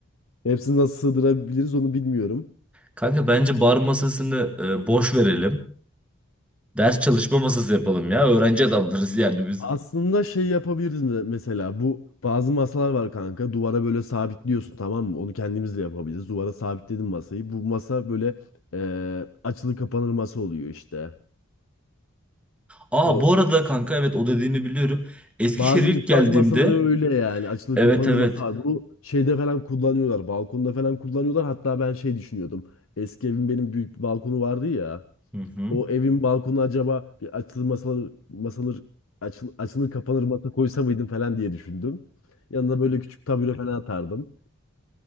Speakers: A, on the left (about 70°); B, in the centre.
A: Hepsini nasıl sığdırabiliriz onu bilmiyorum.
B: Kanka bence bar masasını e, boş verelim. Ders çalışma masası yapalım ya. Öğrenci adamlarız yani biz.
A: Aslında şey yapabiliriz me- mesela bu bazı masalar var kanka duvara böyle sabitliyorsun tamam mı onu kendimiz de yapabiliriz duvara sabitledim masayı bu masa böyle eee açılır kapanır masa oluyor işte
B: Aa
A: o
B: bu arada kanka evet o dediğini biliyorum. Eskişehir'e
A: bazı
B: ilk
A: mutfak
B: geldiğimde
A: masaları öyle yani açılır
B: evet
A: kapanır
B: evet.
A: masa var bunu şeyde falan kullanıyorlar balkonda falan kullanıyorlar hatta ben şey düşünüyordum eski evim benim büyük bir balkonu vardı ya
B: Hı hı.
A: O evin balkonu acaba bir açılır masalar, masalar açıl, açılır kapanır masa koysa mıydım falan diye düşündüm. Yanına böyle küçük tabure falan atardım.